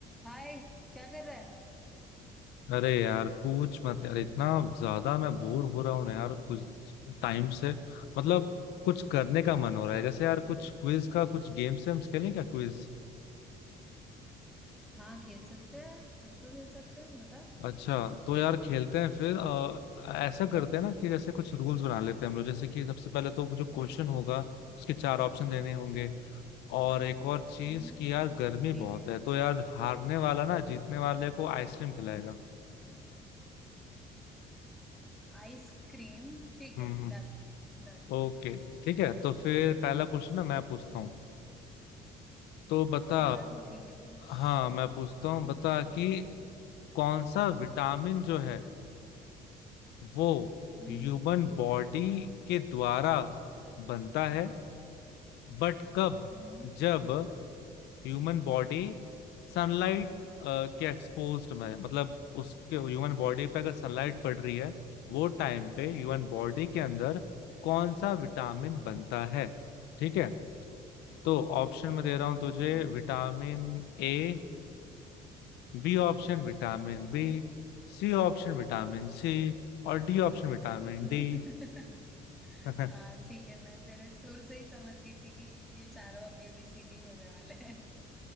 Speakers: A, in the centre; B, on the left.
A: हाय क्या कर रहा है
B: अरे यार पूछ मत यार इतना ज्यादा मैं बोर हो रहा हूँ ना यार कुछ टाइम से मतलब कुछ करने का मन हो रहा
A: हम्म,
B: है जैसे यार कुछ क्विज का कुछ गेम से हम खेलें क्या क्विज
A: हाँ खेल सकते हैं बिल्कुल खेल सकते हैं बता
B: अच्छा तो यार खेलते हैं फिर अ, ऐसा करते हैं ना कि जैसे कुछ रूल्स बना लेते हैं हम लोग जैसे कि सबसे पहले तो जो क्वेश्चन होगा उसके चार ऑप्शन देने होंगे और एक और चीज
A: हम्म
B: कि यार गर्मी
A: ठीक
B: बहुत
A: है
B: है तो यार हारने वाला ना जीतने वाले को आइसक्रीम खिलाएगा
A: आइसक्रीम ठीक
B: हम्म
A: है डन डन
B: ओके ठीक है तो फिर पहला क्वेश्चन ना मैं पूछता हूँ तो बता
A: पहला तू ठीक है पूछ
B: हाँ मैं पूछता
A: हम्म
B: हूँ बता कि कौन सा विटामिन जो है वो
A: हम्म
B: ह्यूमन बॉडी के द्वारा बनता है बट कब
A: हम्म
B: जब ह्यूमन बॉडी सनलाइट के एक्सपोज्ड में है। मतलब उसके ह्यूमन बॉडी पे अगर सनलाइट पड़ रही है वो टाइम पे ह्यूमन बॉडी के अंदर कौन सा विटामिन बनता है ठीक है तो ऑप्शन
A: हम्म,
B: में दे रहा हूं तुझे
A: ठीक है
B: Vitamin A B option vitamin
A: ओके
B: B C option vitamin C और डी ऑप्शन विटामिन
A: <laughs>
B: डी <laughs>
A: हाँ ठीक है मैं तेरे सुर से ही समझ गई थी कि ये चारों अब ए बी सी डी होने वाले